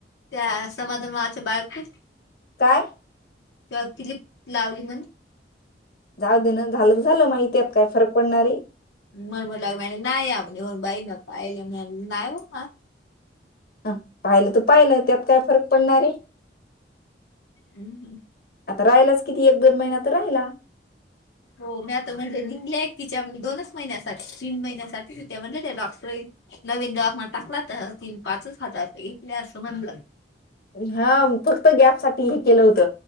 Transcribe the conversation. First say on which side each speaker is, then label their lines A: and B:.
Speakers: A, on the left; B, on the left.
A: त्या समाधान मामाच्या बायखू.
B: काय?
A: तू अ किलिप लावली म्हण
B: जाऊ दे ना झालं तर झालं माहितेत काय फरक पडणार आहे.
A: मन मन लाग म नाही या म्हण हो बाई म पायल ना आ.
B: हं पाहिलं तर पाहिलं त्यात काय फरक पडणारेय.
A: हम् हम.
B: आता राहिलाच किती एक दोन महिना तर राहिला.
A: हो मी आता म्हण निघले तिच्या म्हणजे दोनच महिन्यासाठी तीन महिन्यासाठी त्या म्हटल्या त्या डॉक्टरीन नवीन दवाखान्यात टाकला तर तीन पाचच हजार तर घेतल्या असं म्हणलं.
B: हा फक्त गॅपसाठी केलं होत